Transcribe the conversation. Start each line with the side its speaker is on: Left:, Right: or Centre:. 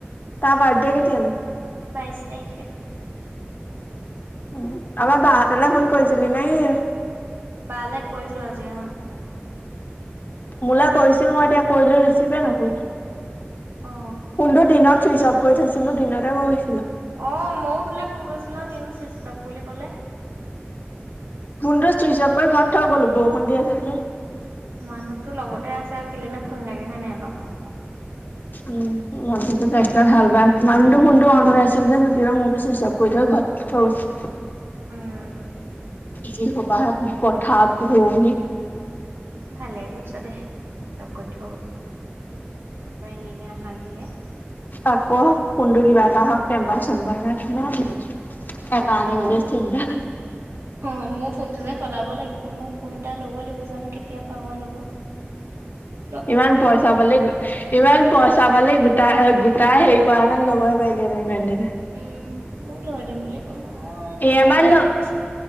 Left: তাৰ বাৰ্থডে কেতিয়া?
Right: বাইছ তাৰিখে।
Left: উম, আমাৰ বাহ হতলে ফোন কৰিছিলি নেকি?
Right: বালে কৰিলো আজি অহ।
Left: মোৰলে কৰিছিল, মই এতিয়া কৰিলো ৰিচিভে নকৰিলে।
Right: অ
Left: কোনটো দিনত চুইচ অফ কৰি থৈছিলোঁ। দিনতে কৈ কৈছিলোঁ।
Right: অ মইও তোলে ফোন কৰিছিল নহ, কিন্তু ছুইটচ অফ বুলি কলে।
Left: ফোনটো চুইচ অফ কৰি ঘৰত থৈ গ'লো, বৰষুণ দি আছিল যে
Right: মানুহতো লগতে আছে আৰু কেলেনো ফোন লাগে হয় নে নাই বাৰু‌
Left: উম, মানুহটোৰ হাল বাই, মানুহটো ফোনটো অন হৈ আছিল যে মোৰতো ছুইচ অফ কৈ থৈ গ'ল, ঘৰত
Right: উম।
Left: যি সোপাহে পথাৰত ৰোৱণি
Right: ভালেই কৰিছ দে, চুইছ অফ কৰি থৈছো নহ তাৰ পৰা এনে এনে অশান্তি হে।
Left: আকৌ ফোনটোৰ কিবা এটা হওক, টেম্পাৰ চেম্পাৰ নাই কিমান এবাৰ
Right: অ
Left: আনিবলৈ চিন্তা
Right: অ' মোৰ ফোনটো যে সলাব লাগিব, মোৰ ফোন এটা ল'ব লাগিব, জানো কেতিয়া পাওঁ ল'বলৈ <unintelligible>
Left: ইমান পইচা পালি ইমান পইচা পালি, গোটাই গোটাই হেৰি কৰা হেতিন লবই পাৰিলি হেতেন ইমান দিনে।
Right: উম, মোক লই দিম বুলি কৈছে মোৰ নালাগে
Left: ই এ মাআই
Right: লোকৰ
Left: লৈ,
Right: পইচা।